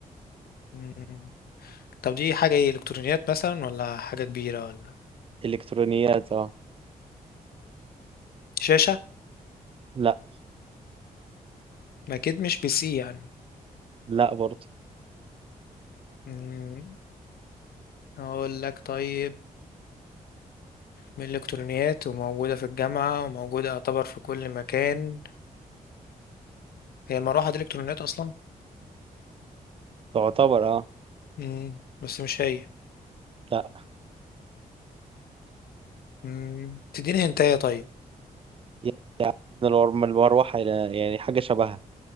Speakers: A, on the left; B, on the right.
A: مم، طب دي حاجة ايه إلكترونيات مثلا ولا حاجة كبيرة ولا
B: إلكترونيات اه
A: شاشة
B: لا
A: ما أكيد مش بي سي يعني
B: لا برضه
A: مم، أقول لك طيب من الإلكترونيات وموجودة في الجامعة وموجودة يعتبر في كل مكان هي المروحة دي إلكترونيات أصلا
B: تعتبر اه
A: مم، بس مش هي
B: لا
A: مم، تديني هنتاية طيب
B: يعني من الور- من المروحة إلى- يعني حاجة شبهها